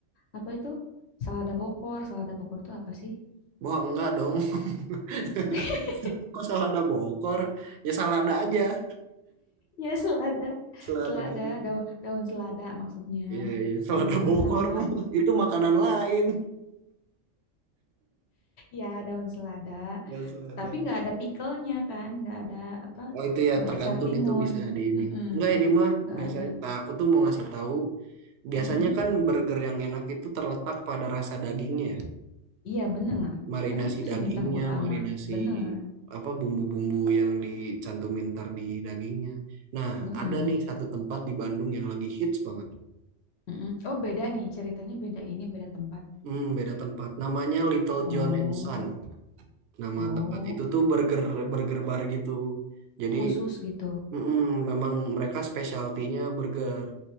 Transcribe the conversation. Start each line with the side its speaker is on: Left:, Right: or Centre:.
Left: apa itu selada Bokor selada Bokor tuh apa sih
Right: Wah enggak dong. <laughs>
Left: <laughs>
Right: Kok salada bokor? Ya salada aja,
Left: Ya, selada.
Right: salada
Left: selada
Right: aja.
Left: daun daun selada maksudnya
Right: Iya iya, salada
Left: eh,
Right: bokor
Left: sama
Right: <laughs> itu makanan lain.
Left: ya daun selada
Right: Gak salada.
Left: tapi nggak ada pickle-nya kan nggak ada apa
Right: Oh itu ya
Left: eh,
Right: tergantung
Left: acar timun
Right: itu bisa di ini.
Left: Mm-mm.
Right: Enggak ini mah
Left: nggak
Right: biasanya
Left: ada
Right: nah, aku tuh mau ngasih tahu biasanya
Left: Mm-mm.
Right: kan burger yang enak itu terletak pada rasa dagingnya, ya.
Left: iya bener
Right: marinasi
Left: kan itu
Right: dagingnya,
Left: si bintang utama
Right: marinasi
Left: bener
Right: apa bumbu-bumbu yang dicantumin ntar di dagingnya. Nah,
Left: Mm-mm.
Right: ada nih satu tempat di Bandung yang lagi hits banget.
Left: Mm-mm. oh beda nih ceritanya beda ini beda tempat
Right: Hmm, beda tempat. Namanya Little
Left: oh
Right: John and Son. Nama
Left: oh
Right: tempat itu tuh burger burger bar gitu. Jadi
Left: khusus gitu
Right: mm-mm, memang mereka specialty-nya burger.